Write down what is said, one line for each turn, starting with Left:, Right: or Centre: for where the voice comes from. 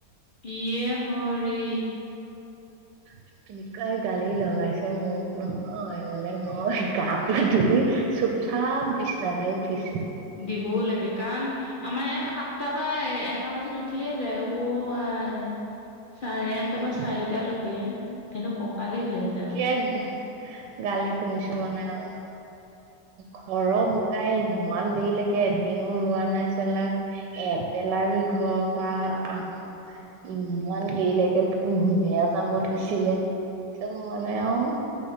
Left: ইয়ে হৰি।
Right: <inaudible> মিতকুৱাই গালি লগাইছে মোক নহয় মানে মই গাটো ধুই চুপ- চাব বিচনাহে উঠিছো।
Left: দিবও লাগে কাৰণ আমাৰ ইয়াত সাতটা পা এটা বাজিত উঠিয়ে যায়, অ আই। চাৰে আনটা
Right: এই
Left: বা চাৰিটালৈকে সেহটো ককালে বিষাইছে আও।
Right: এক গেহ গালি শুনিছো মানে আৰু। ঘৰৰ বোকাই ইমান দেৰিলৈকে এদিনো ৰোৱা নাই চালা এবেলা ৰুই ঘৰৰ পৰা আহো ইমান দেৰিলৈকে কোনে যাব দিছিলে। তম মানে আও।